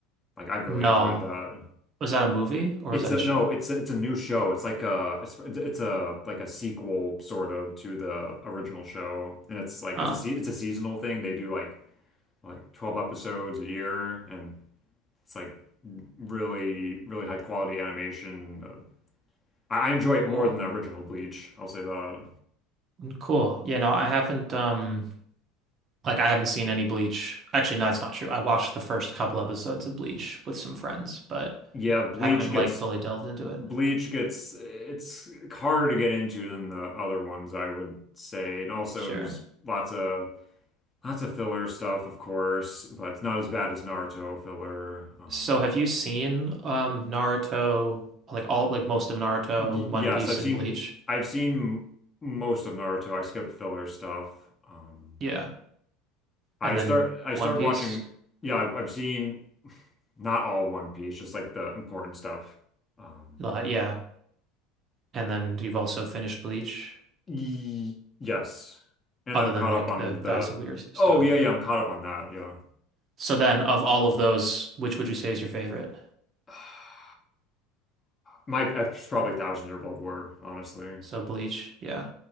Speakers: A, on the left (about 20°); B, on the right (about 40°).
A: Like I really
B: No.
A: enjoyed that.
B: Was that a movie or
A: It's
B: was that
A: a
B: a show?
A: no, it's it's a new show. It's like a it's, it's a like a sequel sort of to the original show, and it's like
B: Oh,
A: it's a se it's a seasonal thing. They do like like 12 episodes a year, and it's like really really high quality animation. Uh, I, I enjoy it
B: cool.
A: more than the original Bleach. I'll say that.
B: Mm, Cool. Yeah, no, I haven't um like I haven't seen any Bleach. Actually, no, it's not true. I watched the first couple episodes of Bleach with some friends, but
A: Yeah, Bleach
B: I haven't
A: gets
B: like fully delved into
A: Bleach
B: it.
A: gets it's harder to get into than the other ones, I would say, and also
B: Sure.
A: there's lots of Lots of filler stuff, of course, but it's not as bad as Naruto filler. Um,
B: So have you seen um Naruto, like all like most of Naruto,
A: y-
B: One
A: yes,
B: Piece
A: I've
B: and
A: seen
B: Bleach?
A: I've seen most of Naruto. I skipped filler stuff. Um,
B: Yeah.
A: I
B: And
A: start
B: then
A: I started
B: One Piece?
A: watching. Yeah, I've, I've seen not all One Piece, just like the important stuff. Um,
B: Li- yeah. And then you've also finished Bleach,
A: y yes, and
B: other
A: I'm
B: than
A: caught
B: like
A: up on
B: the
A: the.
B: Thousand Weird
A: Oh
B: stuff.
A: yeah, yeah, I'm caught up on that. Yeah,
B: So then of all of those, which would you say is your favorite?
A: <sighs> my it's probably Thousand Year Blood War, honestly.
B: So Bleach, yeah.